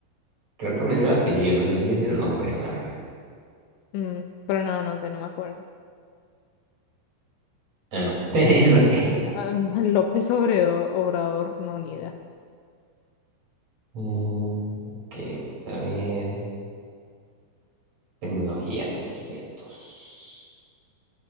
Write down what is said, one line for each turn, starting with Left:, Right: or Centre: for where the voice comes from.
Right: Creo que me sé el apellido, no sé si es el nombre, la verdad.
Left: Mm, pero no, no sé, no me acuerdo.
Right: Ah, no. <laughs> No sé.
Left: Ah, <laughs> López Obredo- Obrador, no, ni idea.
Right: Mm, ok, vamos a ver. Tecnología trescientos